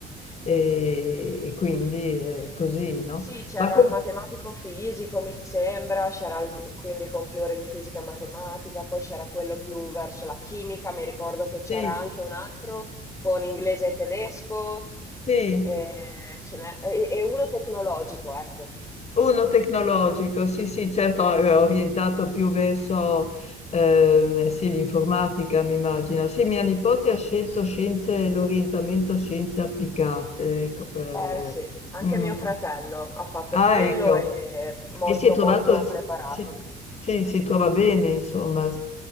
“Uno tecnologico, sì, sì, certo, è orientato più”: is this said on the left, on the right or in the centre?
Left